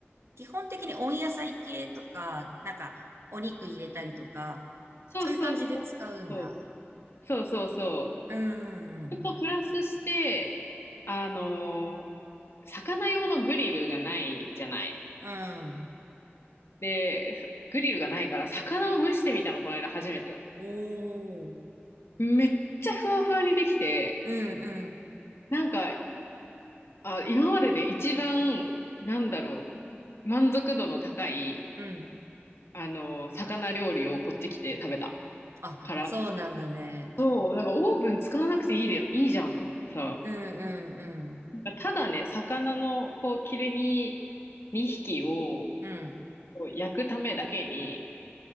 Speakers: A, on the right (about 85°); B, on the left (about 70°).
A: 基本的に温野菜系とか、なんか、お肉入れたりとか、
B: そうそうそう。
A: そういう感じで使うんだ。
B: そうそうそうそう。
A: うん。うん
B: それとプラスして、あの、魚用のグリルがないじゃない。
A: うん。うん
B: で、グリルがないから魚を蒸してみたの、この間初めて。
A: おー。
B: めっちゃふわふわにできて、
A: うんうん。
B: なんか、あ、今までで一番、なんだろう、満足度の高い、
A: うん。
B: あの、魚料理をこっち来て食べた
A: あ、
B: から、
A: そうなんだね。
B: そう、なんかオーブン使わなくていいで、いいじゃんと思ってさ、
A: うんうんうん。
B: なんかただね、魚のこう切り身2匹を、
A: うん
B: こう焼くためだけに、